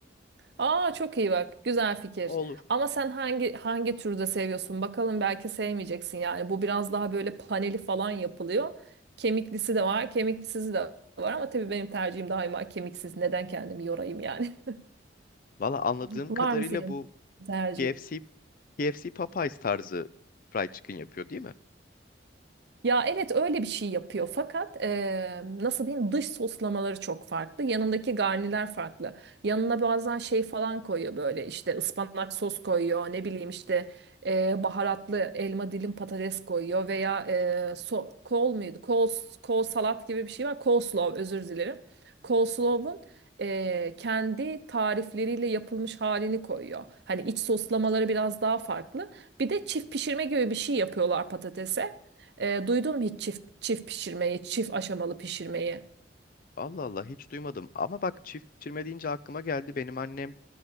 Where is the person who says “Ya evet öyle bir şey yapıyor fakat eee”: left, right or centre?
Right